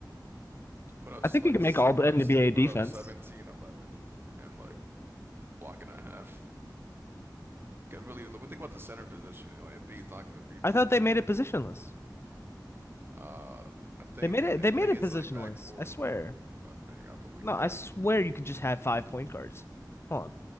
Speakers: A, on the right (about 30°); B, on the left (about 35°).
A: He put up
B: I think
A: like
B: he can make
A: he
B: all
A: put
B: the NBA
A: up
B: defense.
A: put up 17, 11, and like block and a half. Because really, when we think about the center position, you know, Embiid's not going to be there.
B: I thought they made it positionless.
A: Uh, I think
B: They made
A: it-
B: it
A: I
B: they made
A: think
B: it
A: it's
B: positionless.
A: like backcourt,
B: I swear.
A: front court. I, I think I believe
B: No, I
A: backcourt
B: swear
A: and front
B: you could
A: court.
B: just have five point guards. Hold on.